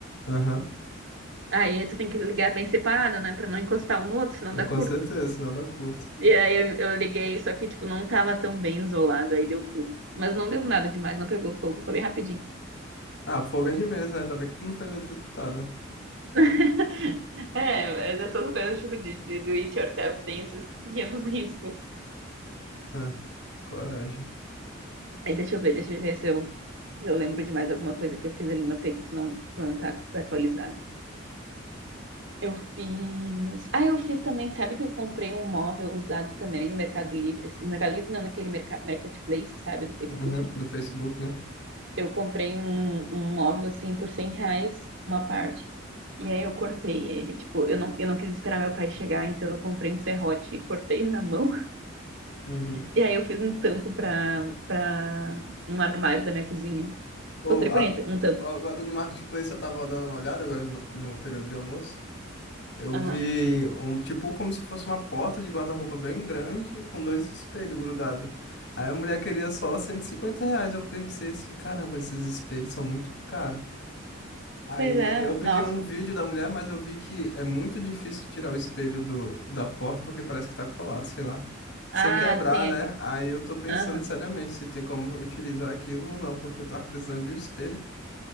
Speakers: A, on the left; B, on the right.
A: Aham.
B: Aí tu tem que ligar bem separado, né? Pra não encostar um no outro, senão
A: Eu,
B: dá
A: Com
B: curto.
A: certeza, sinal dá curta.
B: E aí eu, eu liguei, só que, tipo, não tava tão bem isolado, aí deu curto. Mas não deu nada demais, não pegou fogo, foi bem rapidinho.
A: Ah, fogo é de mesa, né? Ainda bem que tu não foi eletrocutada.
B: <laughs> É, mas essas coisas tipo de, de do it yourself tem esses pequenos <laughs> riscos.
A: Ah, coragem.
B: Aí deixa eu ver, deixa eu ver se eu, se eu lembro de mais alguma coisa que eu fiz ali no P que tu não, tu não tá atualizado. Eu fiz. Ah, eu fiz também. Sabe que eu comprei um móvel usado também no Mercado Livre? assim, No Mercado Livre, não, naquele merca... Marketplace, sabe, do Facebook.
A: Uhum, do Facebook, né?
B: Eu comprei um, um móvel assim por 100 reais, uma parte. E aí eu cortei ele. Tipo, eu não, eu não quis esperar meu pai chegar, então eu comprei um serrote e cortei na mão.
A: Uhum.
B: E aí eu fiz um tampo pra, pra um armário da minha cozinha.
A: Ô,
B: Ficou tri
A: a-
B: bonito, um tampo.
A: a- agora no Marketplace eu tava dando uma olhada, agora no, no período de almoço. Eu
B: Aham.
A: vi um tipo como se fosse uma porta de guarda-roupa bem grande com dois espelhos grudados. Aí a mulher queria só 150 reais. Eu pensei assim, caramba, esses espelhos são muito caros. Aí
B: Pois é,
A: eu pedi
B: nossa.
A: um vídeo da mulher, mas eu vi que é muito difícil tirar o espelho do, da porta porque parece que tá colado, sei lá. Sem
B: Ah,
A: quebrar,
B: sim,
A: né?
B: é que...
A: Aí eu tô pensando
B: Aham.
A: seriamente se tem como utilizar aquilo ou não, porque eu tava precisando de um espelho.